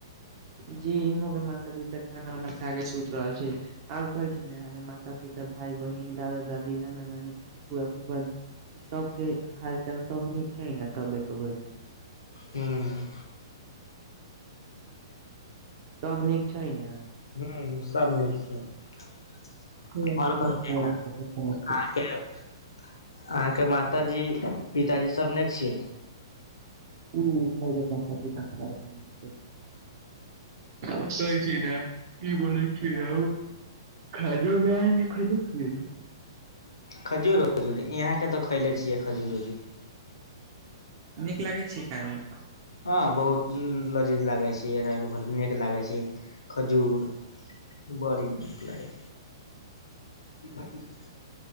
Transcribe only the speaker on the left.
हूँ
हू सब नीक छै आओर
कहि <unintelligible> छै अहाँके माताजी पिताजी सब ने छियै
खजूर खजूर यहाँके तऽ खयले छियै खजूर उजूर
हँ बहुत लजीज लागे छै नीक लागे छै <unintelligible> खजूर बड़ी नीक लागै छै